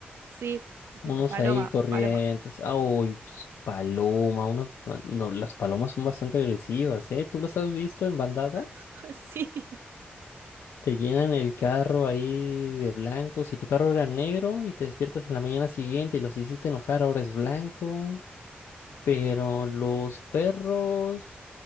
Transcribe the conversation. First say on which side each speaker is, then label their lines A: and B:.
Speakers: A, on the right; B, on the left.
A: sí,
B: Unos
A: tipo paloma,
B: ahí corrientes.
A: paloma.
B: Ah, uy, pues, paloma, una, pa- no, las palomas son bastante agresivas, ¿eh? ¿Tú las has visto en bandadas?
A: <laughs> Sí.
B: Te llenan el carro ahí de blanco. Si tu carro era negro y te despiertas en la mañana siguiente y los hiciste enojar, ahora es blanco. Pero los perros.